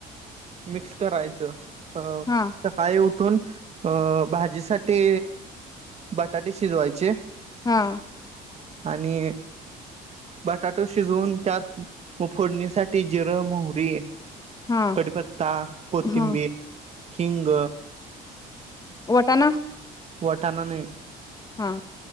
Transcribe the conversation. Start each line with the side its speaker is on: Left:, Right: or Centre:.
Right: मिक्स करायचं. ह
Left: हा
Right: सकाळी उठ ठून अ भाजीसाठी बटाटे शिजवायचे.
Left: ह.
Right: आणि बटाटो शिजवून, त्यात फोडणीसाठी जिरं, मोहरी
Left: हा
Right: कडीपत्ता, कोथिंबीर,
Left: हा
Right: हिंग
Left: वटाना
Right: वटाना नाही.
Left: हा!